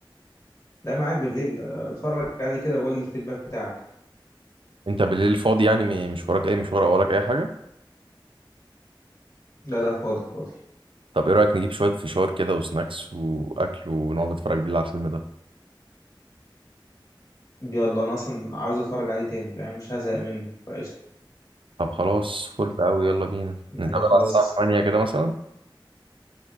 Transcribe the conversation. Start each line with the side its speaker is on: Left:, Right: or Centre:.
Left: لا معاك بالليل آه، اتفرج عليه كده وقول لي الفيدباك بتاعك
Right: انت بالليل فاضي يعني م- مش وراك اي مشوار او وراك اي حاجه
Left: لا لا فاضي فاضي
Right: طب ايه رايك نجيب شويه فشار كده وسناكس واكل ونقعد نتفرج بالليل على الفيلم ده
Left: يلا انا اصلا عاوز اتفرج عليه تاني يعني مش هزهق منه فقشطة
Right: طب خلاص فل قوي يلا بينا
Left: يعني
Right: نتقابل
Left: خلاص
Right: على الساعه 8 كده مثلا